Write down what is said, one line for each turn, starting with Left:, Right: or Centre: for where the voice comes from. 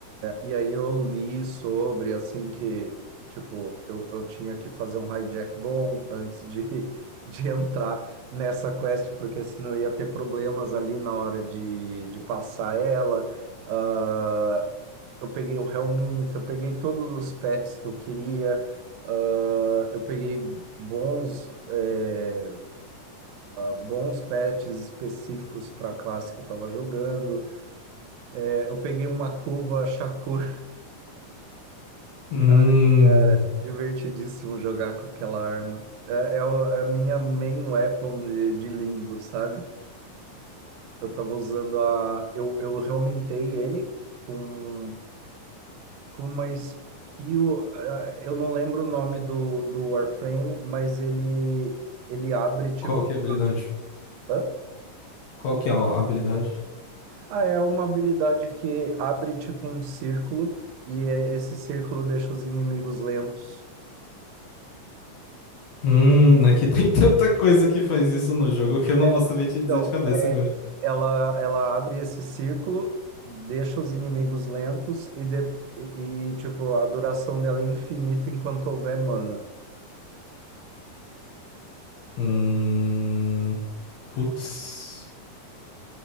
Right: E aí eu li sobre, assim, que, tipo, eu, eu tinha que fazer um hijack bom antes de, <laughs> de entrar nessa quest, porque senão eu ia ter problemas ali na hora de, de passar ela. Ah, eu peguei o Helminth, eu peguei todos os pets que eu queria, Ah, eu peguei bons, eh, bons pets específicos para a classe que eu estava jogando. Eh, Eu peguei uma curva Shakur.
Left: Hum,
Right: <laughs> Divertidíssimo jogar com aquela arma. É, é o- é a minha main weapon de, de limbo, sabe? Eu tava usando a. Eu, eu reaumentei ele com, com uma skill. ah, Eu não lembro o nome do, do Warframe, mas ele, ele abre tipo.
Left: qual que é a habilidade?
Right: hã?
Left: Qual que é a habilidade?
Right: Ah, é uma habilidade que abre tipo um círculo e é- esse círculo deixa os inimigos lentos.
Left: Hum, é que tem <laughs> tanta coisa que faz isso no jogo que eu não
Right: É,
Left: vou saber
Right: então.
Left: te dizer de cabeça agora.
Right: Ela, ela abre esse círculo, deixa os inimigos lentos e, de, e, tipo, a duração dela é infinita enquanto houver mana.
Left: Hum, putz.